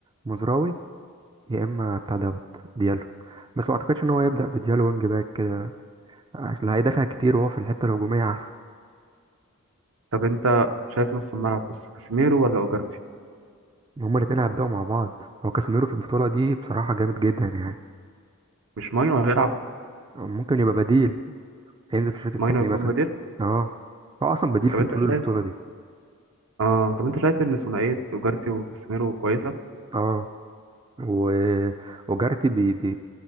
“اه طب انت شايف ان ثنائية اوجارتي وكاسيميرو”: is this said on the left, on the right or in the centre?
Right